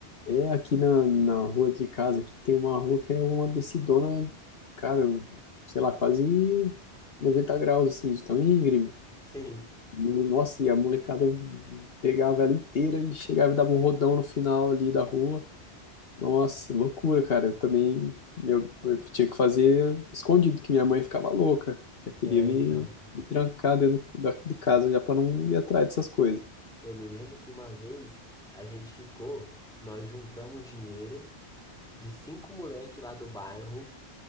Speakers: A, on the left; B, in the centre.
A: É aqui na, na rua de casa, aqui tem uma rua que é uma descidona, cara, sei lá, quase 90 graus, assim, de tão íngreme.
B: <laughs> Sim.
A: E, Nossa, e a molecada vi- pegava ela inteira e chegava e dava um rodão no final ali da rua. Nossa, loucura, cara. Eu também meu, eu tinha que fazer escondido, que minha mãe ficava louca. Já queria
B: É,
A: me,
B: então, cara.
A: me trancar dentro da, de casa já para não ir atrás dessas coisas.
B: Eu me lembro que uma vez a gente ficou, nós juntamos dinheiro de cinco moleque lá do bairro.